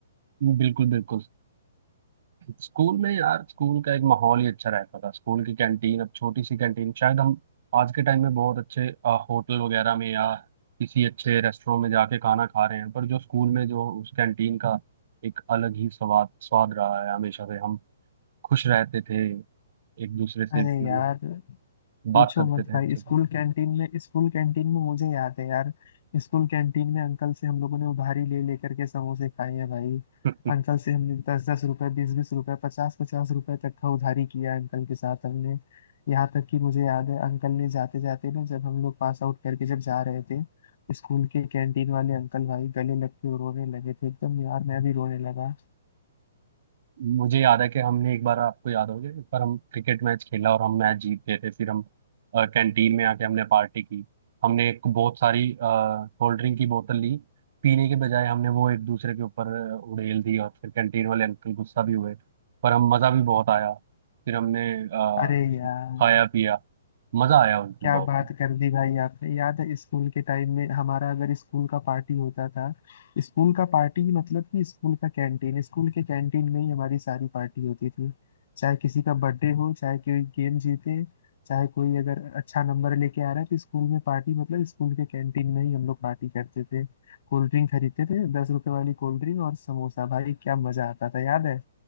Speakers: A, on the right; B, on the left.
A: बिल्कुल बिल्कुल स्कूल में यार स्कूल का एक माहौल ही अच्छा रहता था स्कूल की कैंटीन अब छोटी सी कैंटीन शायद हम आज के टाइम में बहुत अच्छे अ, होटल वगैरह में या किसी अच्छे रेस्टोरेंट में जाके खाना खा रहे हैं पर जो स्कूल में जो उस कैंटीन का एक अलग ही स्वाद स्वाद रहा है हमेशा से हम खुश रहते थे एक दूसरे से
B: अरे
A: मतलब
B: यार
A: बात
B: पूछो
A: करते
B: मत
A: थे
B: भाई
A: अच्छे
B: स्कूल
A: से
B: कैंटीन में स्कूल कैंटीन में मुझे याद है यार स्कूल कैंटीन में अंकल से हम लोगों ने उधारी ले लेकर के समोसे खाए हैं भाई
A: <laughs>
B: अंकल से हमने दस दस रुपए बीस बीस रुपए पचास पचास रुपए तक का उधारी किया है अंकल के साथ हमने यहाँ तक कि मुझे याद है अंकल ने जाते जाते ना जब हम लोग पास आउट करके जब जा रहे थे स्कूल के कैंटीन वाले अंकल भाई गले लग के रोने लगे थे एकदम यार मैं भी रोने लगा
A: मुझे याद है कि हमने एक बार आपको याद होगा एक बार हम क्रिकेट मैच खेला और हम मैच जीत गए थे फिर हम कैंटीन में आके हमने पार्टी की हमने एक बहुत सारी कोल्ड ड्रिंक की बोतल ली पीने के बजाय हमने वो एक दूसरे के ऊपर अ, उड़ेल दी और फिर कैंटीन वाले अंकल गुस्सा भी हुए पर हम मज़ा भी बहुत आया फिर हमने अ,
B: अरे यार
A: खाया पिया मज़ा आया उस दिन
B: क्या
A: बहुत
B: बात कर दी भाई आपने याद है स्कूल के टाइम में हमारा अगर स्कूल का पार्टी होता था स्कूल का पार्टी मतलब कि स्कूल का कैंटीन स्कूल के कैंटीन में ही हमारी सारी पार्टी होती थी चाहे किसी का बर्थडे हो चाहे कोई गेम जीते चाहे कोई अगर अच्छा नंबर लेके आ रहा है तो स्कूल में पार्टी मतलब स्कूल के कैंटीन में ही हम लोग पार्टी करते थे कोल्ड ड्रिंक खरीदते थे दस रुपए वाली कोल्ड ड्रिंक और समोसा भाई क्या मजा आता था याद है